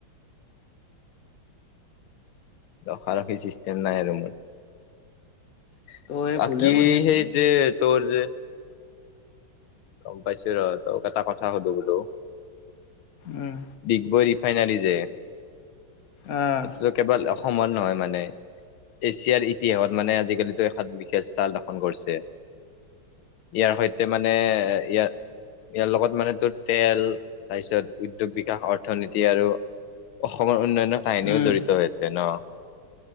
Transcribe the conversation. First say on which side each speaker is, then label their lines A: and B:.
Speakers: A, on the left (about 80°); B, on the left (about 55°).
A: ৰখা ৰখি চিষ্টেম নাই আৰু মোৰ।
B: তই
A: বাকি
B: ভুলে কৰি আছ
A: সেই যে, তোৰ যে গম পাইছোঁ ৰ, তোক এটা কথা সোধোঁ বোলো
B: উম,
A: ডিগবৈ ৰিফাইনাৰী যে,
B: অ',
A: এইটোতো কেৱল অস সমন নহয় মানে। এছিয়াৰ ইতিহাসত মানে আজিকালিতো এখন বিশেষ ষ্টাল দসন কৰিছে। ইয়াৰ সৈতে মানে ইয়াৰ ইয়াৰ লগত মানে তো তেল তাৰপিছত উদ্যোগ বিকাশ অৰ্থনীতি আৰু অসমৰ উন্নয়নৰ কাহিনীও
B: উম,
A: জড়িত হৈ আছে ন?